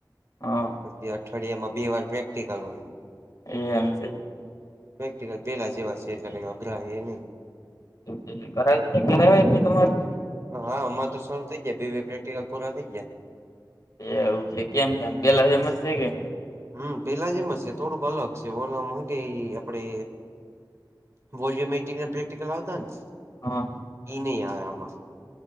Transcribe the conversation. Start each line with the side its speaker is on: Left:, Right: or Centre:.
Left: હા,
Right: પછી અઠવાડિયામાં બે વાર પ્રેક્ટિકલ હોય,
Left: એ એમ છે,
Right: પ્રેક્ટિકલ પેલા જેવા છે, એટલે કંઈ અઘરા હે નહીં.
Left: <inaudible> કરાવી દ કેનાય તમારે
Right: હા, અમામાં તો શરૂુ થઈ ગયા પ્રેક્ટિકલ પૂરા થઈ ગયા.
Left: એ એવું છે, કેમ કેમ પેલા જેમજ છે કે?
Right: હમ્મ પેલા જે એમ જ છે, થોડુંક અલગ છે ઓલમ હું કે આપડે વોલ્યુમટ પ્રેક્ટિકલ આવતા ને
Left: હા
Right: ઈ નહી આવે આમાં